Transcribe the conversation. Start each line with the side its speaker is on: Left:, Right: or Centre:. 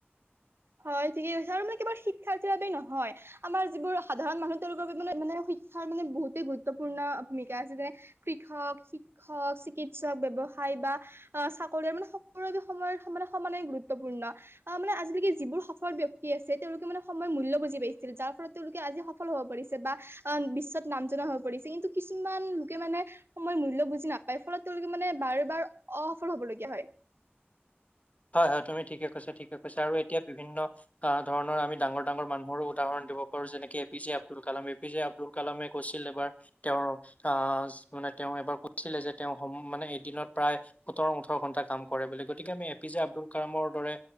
Right: হয়, ঠিকে কৈছে। আৰু মানে কেৱল শিক্ষাৰ্থীৰ বাবে নহয়, আমাৰ যিবোৰ সাধাৰণ মানুহ তেওঁলোকৰ বাবে মানে-মানে শিক্ষাৰ মানে বহুতেই গুৰুত্বপূৰ্ণ, ভূমিকা আছে যেনে, কৃষক, শিক্ষক, চিকিৎসক, ব্যৱসা য়, বা অ', চাকৰি। মানে সকলোলৈ সময়ৰ মানে, সমানে গুৰুত্বপূৰ্ণ। আহ, মানে আজিলৈকে যি যিবোৰ সফল ব্যক্তি আছে, তেওঁলোকে মানে, সময়ৰ মূল্য বুজি পাইছিল। যাৰ ফলত, তেওঁলোকে আজি সফল হব পৰিছে। বা, আ। বিশ্বত নাম জনা হৈ পৰিছে। কিন্তু কিছুমান, লোকে মানে, সময়ৰ মূল্য বুজি নাপায়। ফলত তেওঁলোকে মানে বাৰ বাৰ অসফল হবলগীয়া হয়।
Left: <inaudible> হয়-হয়, তুমি ঠিকে কৈছা, ঠিকে কৈছা, আৰু এতিয়া বিভিন্ন, আহ, ধৰণৰ আমি ডাঙৰ ডাঙৰ মানুহৰো উদাহৰণ দিব পাৰো যেনেক A P J Abdul Kalam A P J Abdul কালামে কৈছিল এবাৰ তেওঁৰ আহ মানে তেওঁ এবাৰ কৈছিলে যে তেওঁ সম মানে এদিনত প্ৰায় সোতৰ ওঠৰ ঘণ্টা কাম কৰে বুলি গতিকে আমি পি জে আব্দুল কালামৰ দৰে